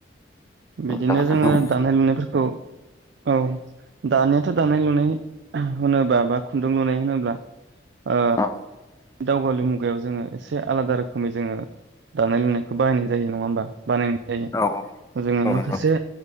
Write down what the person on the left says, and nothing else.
जागोन
नोंथां
औ
औ औ
औ
नंगौ